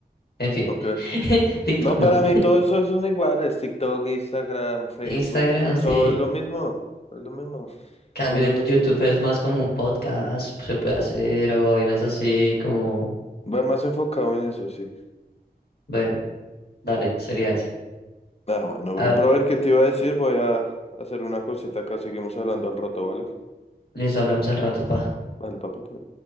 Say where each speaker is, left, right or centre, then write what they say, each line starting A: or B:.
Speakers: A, on the left; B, on the left.
A: en fin.
B: Ok.
A: <laughs> TikTok
B: No,
A: no.
B: para mí todos esos son iguales, TikTok, Instagram, Facebook,
A: Instagram
B: todo
A: sí.
B: es lo mismo, es lo mismo,
A: Cambio
B: tienen
A: el
B: las
A: YouTube
B: mismas cosas.
A: es más como un podcast, pues, se puede hacer, o vainas así como,
B: Va más enfocado en eso, sí.
A: bueno, dale, sería esa.
B: ah bueno, bro,
A: Ah,
B: Pero a ver qué te iba a decir. Voy a hacer una cosita acá. Seguimos hablando al rato, ¿vale?
A: listo, hablamos al rato, pa.
B: Vale, papito.